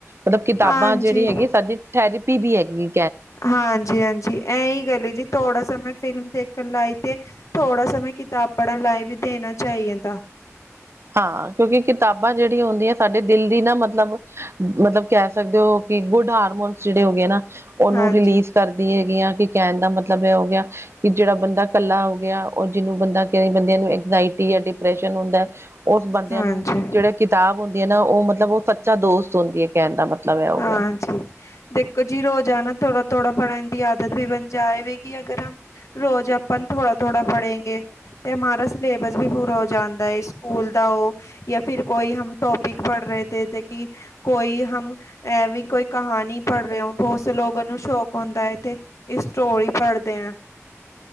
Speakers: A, on the right; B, on the left.
A: ਮਤਲਬ ਕਿਤਾਬਾਂ
B: ਹਾਂਜੀ।
A: ਜਿਹੜੀ ਹੈਗੀ ਸਾਡੀ ਥੈਰੇਪੀ ਵੀ ਹੈਗੀ ਏ
B: ਹਾਂਜੀ, ਹਾਂਜੀ ਏਹੀ ਗੱਲ ਏ ਜੀ ਥੋੜਾ ਸਮਾਂ ਫਿਲਮ ਦੇਖ ਫਿਰ ਲਾਈ ਤੇ ਥੋੜਾ ਸਮੇਂ ਕਿਤਾਬ ਪੜ੍ਹਨ ਲਾਈ ਵੀ ਦੇਣਾ ਚਾਈਦਾ
A: ਹਾਂ ਕਿਉਂਕਿ ਕਿਤਾਬਾਂ ਜਿਹੜੀਆਂ ਹੁੰਦੀਆਂ ਸਾਡੇ ਦਿਲ ਦੀ ਨਾ ਮਤਲਬ ਮਤਲਬ ਕਹਿ ਸਕਦੇ ਹੋ ਕਿ ਗੁੱਡ ਹਾਰਮੋਨ ਜਿਹੜੇ ਹੋ ਗਏ ਨਾ ਉਹਨੂੰ
B: ਹਾਂਜੀ
A: ਰਿਲੀਜ਼ ਕਰਦੀ ਹੈਗੀ ਆ ਕਿ ਕਹਿਣ ਦਾ ਮਤਲਬ ਇਹ ਹੋ ਗਿਆ ਕਿ ਜਿਹੜਾ ਬੰਦਾ ਇਕੱਲਾ ਹੋ ਗਿਆ ੳ ਜਿਹਨੂੰ ਬੰਦਾ ਬੰਦਿਆਂ ਨੂੰ ਇੰਗਜਾਇਟੀ ਜਾਂ ਡਿਪ੍ਰੈਸ਼ਨ ਹੁੰਦਾ ਉਸ ਬੰਦਿਆਂ
B: ਹਾਂਜੀ
A: ਨੂੰ ਜਿਹੜੇ ਕਿਤਾਬ ਹੁੰਦੀ ਏ ਨਾ ਉਹ ਮਤਲਬ ਉਹ ਸੱਚਾ ਦੋਸਤ ਹੁੰਦੀ ਏ ਕਹਿਣ ਦਾ ਮਤਲਬ ਇਹ ਹੋ
B: ਹਾਂਜੀ
A: ਗਿਆ
B: ਦੇਖੋ ਜੀ ਰੋਜ਼ਾਨਾ ਥੋੜਾ ਥੋੜਾ ਪੜ੍ਹਨ ਦੀ ਆਦਤ ਵੀ ਬਣ ਜਾਏਵੇਗੀ ਅਗਰ ਹਮ ਰੋਜ਼ ਆਪਨ ਥੋੜਾ ਥੋੜਾ ਪੜੇਗੇ ਤੇ ਹਮਾਰਾ ਸਲੇਬਸ ਵੀ ਪੂਰਾ ਹੋ ਜਾਂਦਾ ਏ ਸਕੂਲ ਦਾ ਉ ਯਾ ਫਿਰ ਕੋਈ ਹਮ ਟੋਪਿਕ ਪੜ੍ਹ ਰਹੇ ਤੇ ਕਿ ਕੋਈ ਹਮ ਐਵੇ ਕੋਈ ਕਹਾਣੀ ਪੜ੍ਹ ਰਹੇ ਹੋ ਬਹੁਤ ਸੇ ਲੋਗੋ ਨੂੰ ਸ਼ੌਕ ਹੁੰਦਾ ਹੈ ਤੇ ਇਹ ਸਟੋਰੀ ਪੜ੍ਹਦੇ ਆ